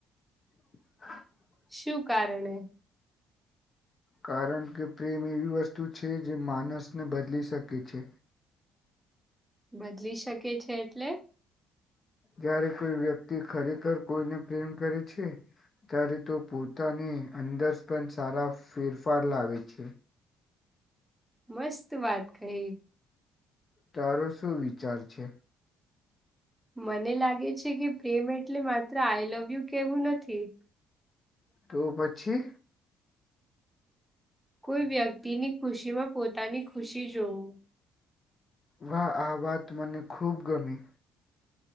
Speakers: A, on the left; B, in the centre.
A: <unintelligible> <inaudible>
B: શું કારણે
A: કારણ કે પ્રેમ એવી વસ્તુ છે જે માનસને બદલી શકે છે.
B: બદલી શકે છે એટલે
A: જયારે કોઈ વ્યક્તિ ખરેખર કોઈને પ્રેમ કરે છે. ત્યારે તો પોતાની અંદર પણ સારા ફેરફાર લાવે છે.
B: મસ્ત વાત કહી,
A: તારો શું વિચાર છે?
B: મને લાગે છે કે પ્રેમ એટલે માત્ર આઈ લવ યુ કેવું નથી.
A: તો પછી,
B: કોઈ વ્યક્તિની ખુશીમાં પોતાની ખુશી જોવું.
A: વાહ આ વાત મને ખુબ ગમી